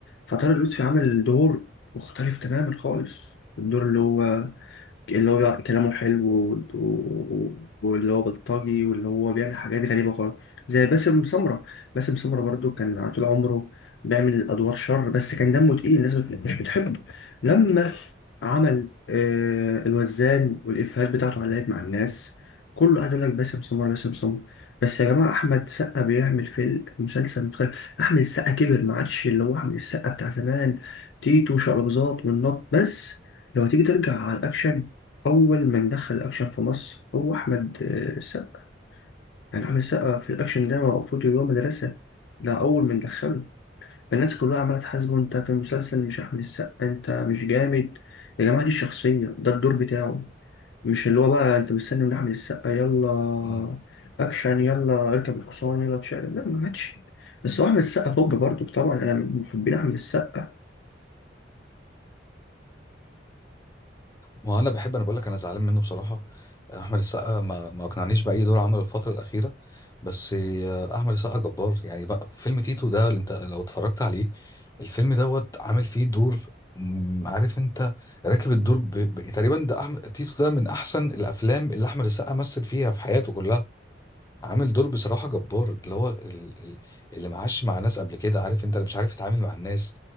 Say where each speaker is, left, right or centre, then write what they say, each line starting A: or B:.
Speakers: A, on the left; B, on the left.
A: فطارق لطفي عمل دور مختلف تماما خالص الدور اللي هو اللي هو بيقعد- كلامه حلو و- و- واللي هو بلطجي واللي هو بيعمل حاجات غريبة خالص زي باسم سمرة باسم سمرة برضو كان طول عمره بيعمل أدوار شر بس كان دمه تقيل الناس بت- مش بتحبه لما عمل آه الوزان والإفيهات بتاعته علقت مع الناس كله قاعد يقول لك باسم سمرة باسم سمرة بس يا جماعة أحمد سقا بيعمل في المسلسل متخيل أحمد السقا كبر ما عادش اللي هو أحمد السقا بتاع زمان تيتو شعر بزاط والنط بس لو تيجي ترجع على الأكشن أول من دخل الأكشن في مصر هو أحمد آه، السقا يعني أحمد السقا في الأكشن ده المفروض اللي هو مدرسة ده أول من دخله الناس كلها عمالة تحاسبه أنت في المسلسل مش أحمد السقا أنت مش جامد يا جماعة دي الشخصية ده الدور بتاعه مش اللي هو بقى أنت مستني من أحمد السقا يلا
B: مم.
A: أكشن يلا اركب الحصان يلا تشقلب لا ما عادش بس هو أحمد السقا توب برضه طبعا أنا من محبين أحمد السقا
B: وانا بحب انا بقول لك انا زعلان منه بصراحه احمد السقا ما ما اقنعنيش باي دور عمله الفتره الاخيره بس آه، احمد السقا جبار يعني بقى فيلم تيتو ده اللي انت لو اتفرجت عليه الفيلم دوت عامل فيه دور مم، عارف انت راكب الدور ب... ب... تقريبا ده احمد تيتو ده من احسن الافلام اللي احمد السقا مثل فيها في حياته كلها عامل دور بصراحه جبار اللي هو ال... ال... اللي معاش مع ناس قبل كده عارف انت اللي مش عارف يتعامل مع الناس